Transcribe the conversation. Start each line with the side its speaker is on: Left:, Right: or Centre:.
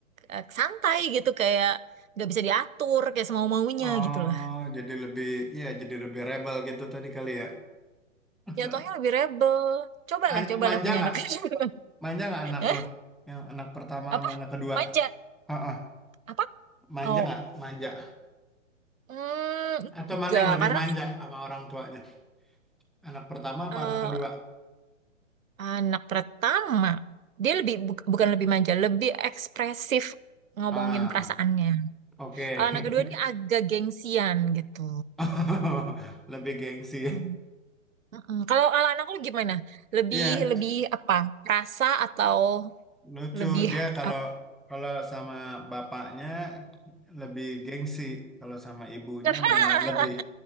Right: eh, santai gitu kayak nggak bisa diatur kayak semau-maunya
Centre: Oh,
Right: gitu loh.
Centre: jadi lebih ya jadi lebih rebel gitu tadi kali ya.
Right: jatuhnya
Centre: <laughs>
Right: lebih rebel. Cobalah,
Centre: Man-
Right: cobalah
Centre: manja
Right: punya
Centre: nggak?
Right: anak <laughs>
Centre: Manja nggak anak
Right: Hah?
Centre: lo? Yang anak pertama
Right: Apa?
Centre: sama anak kedua?
Right: Manja?
Centre: Heeh.
Right: Apa?
Centre: Manja
Right: Oh,
Centre: nggak? Manja.
Right: hmm,
Centre: Atau
Right: enggak.
Centre: mana yang lebih
Right: Karena
Centre: manja
Right: kan
Centre: sama orang tuanya? Anak pertama apa
Right: eh,
Centre: anak kedua?
Right: anak pertama, dia lebih buk- bukan lebih manja, lebih ekspresif ngomongin
Centre: Ah,
Right: perasaannya.
Centre: oke.
Right: Kalau anak kedua ini agak gengsian gitu.
Centre: <laughs> Lebih gengsi.
Right: Hmm. Mm-mm. Kalau kalau anak lu gimana? Lebih
Centre: Iya,
Right: lebih apa? Rasa atau
Centre: lucu
Right: lebih
Centre: dia kalau
Right: apa?
Centre: kalau sama bapaknya lebih gengsi, kalau sama ibunya
Right: <laughs>
Centre: malah lebih